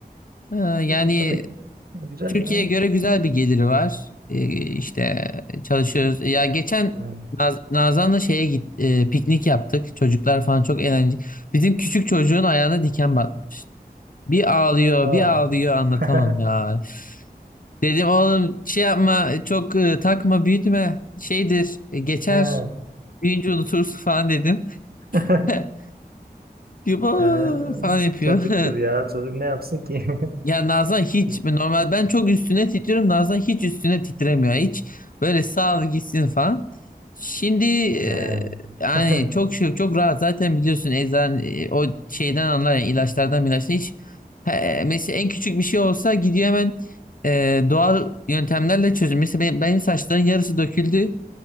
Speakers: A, on the left (about 55°); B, on the right (about 70°).
A: Ee, yani
B: Burada pek güzel
A: Türkiye'ye
B: ya.
A: göre güzel bir geliri var. Ee, işte çalışıyoruz. Ya geçen
B: Hmm.
A: Naz Nazan'la şeye git e, piknik yaptık. Çocuklar falan çok eğlenceli. Bizim küçük çocuğun ayağına diken batmış. Bir ağlıyor,
B: Ha.
A: bir ağlıyor anlatamam
B: <laughs>
A: ya. Dedim oğlum şey yapma, çok e, takma, büyütme. Şeydir, e, geçer.
B: Ha.
A: Büyüyünce unutursun falan dedim.
B: <laughs>
A: <laughs> Yuba
B: Ha.
A: falan yapıyor.
B: Çocuktur
A: <laughs>
B: ya. Çocuk ne yapsın ki?
A: Ya Nazan hiç
B: <laughs>
A: normal ben çok üstüne titriyorum. Nazan hiç üstüne titremiyor. Hiç böyle sağ ol gitsin falan. Şimdi e,
B: Ha.
A: yani
B: <laughs>
A: çok şey çok rahat zaten biliyorsun eczan e, o şeyden anlar yani ilaçlardan ilaçtan hiç he, mesela en küçük bir şey olsa gidiyor hemen e, doğal yöntemlerle çözüm. Mesela benim, benim saçların yarısı döküldü.